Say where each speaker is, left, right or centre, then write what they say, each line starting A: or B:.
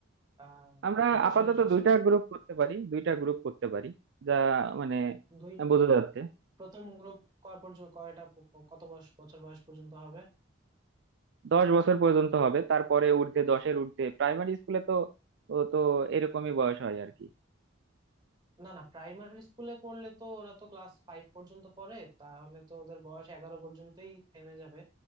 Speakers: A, on the right; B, on the right.
A: আহ
B: আমরা
A: বয়সের
B: আপাতত
A: হিসেবে
B: দুইটা গ্রুপ করতে পারি দুইটা গ্রুপ করতে পারি যা মানে
A: দুই
B: বোঝা যাচ্ছে
A: প্রথম গ্রুপ কয় পর্যন্ত কয়টা প- প- কত বয়স বছর বয়স পর্যন্ত হবে
B: দশ বছর পর্যন্ত হবে তারপরে ঊর্ধ্বে দশের ঊর্ধ্বে প্রাইমারি স্কুলে তো ও তো এরকমই বয়স হয় আর কি
A: না না প্রাইমারি স্কুলে করলে তো ওরা তো ক্লাস ফাইভ পর্যন্ত পড়ে তাহলে তো ওদের বয়স এগারো পর্যন্তই থেমে যাবে